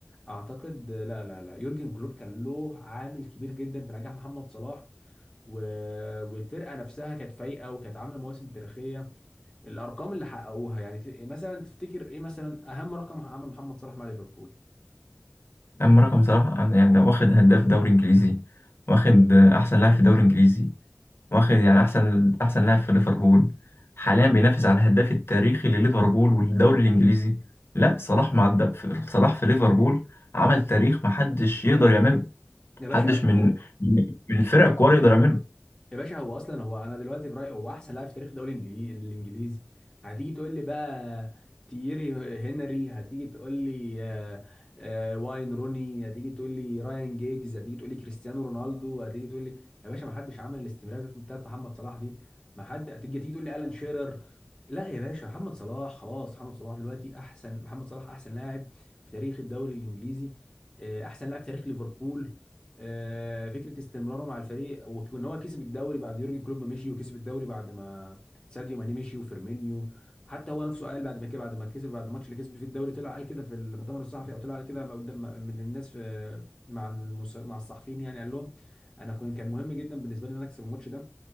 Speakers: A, on the left; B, on the left.
A: اعتقد لا لا لا يورجن كلوب كان له عامل كبير جدا في نجاح محمد صلاح و... والفرقه نفسها كانت فايقه وكانت عامله مواسم تاريخيه الارقام اللي حققوها يعني ت- مثلا تفتكر ايه مثلا اهم رقم عمل محمد صلاح مع ليفربول
B: اما رقم صلاح يعني ده واخد هداف دوري انجليزي واخد احسن لاعب في الدوري الانجليزي واخد يعني احسن احسن لاعب في ليفربول حاليا بينافس على الهداف التاريخي لليفربول والدوري الانجليزي لا صلاح مع الد... في- صلاح في ليفربول عمل تاريخ محدش يقدر يعمله
A: يا باشا
B: محدش من
A: هو
B: من من الفرق الكبار يقدر يعمله
A: يا باشا هو اصلا هو انا دلوقتي في رايي هو احسن لاعب في تاريخ الدوري الانجليزي الانجليزي هتيجي تقول لي بقى تييري هنري هتيجي تقول لي آه، آه، واين روني هتيجي تقول لي رايان جيجز هتيجي تقول لي كريستيانو رونالدو هتيجي تقول لي يا باشا ما حدش عمل الاستمراريه بتاعت بتاعت محمد صلاح دي ما حد هتيجي تيجي تقول لي الان شيرر لا يا باشا محمد صلاح خلاص محمد صلاح دلوقتي احسن محمد صلاح احسن لاعب في تاريخ الدوري الانجليزي آه، احسن لاعب في تاريخ ليفربول آه، فكره استمراره مع الفريق وك- وان هو كسب الدوري بعد يورجن كلوب ما مشي وكسب الدوري بعد ما ساديو ماني مشي وفيرمينيو حتى هو نفسه قال بعد ما كده بعد ما كسب بعد الماتش اللي كسب فيه الدوري طلع قال كده في المؤتمر الصحفي او طلع قال كده ما قدام ما- من الناس في مع المس... مع الصحفيين يعني قال لهم انا كنت كان مهم جدا بالنسبه لي ان انا اكسب الماتش ده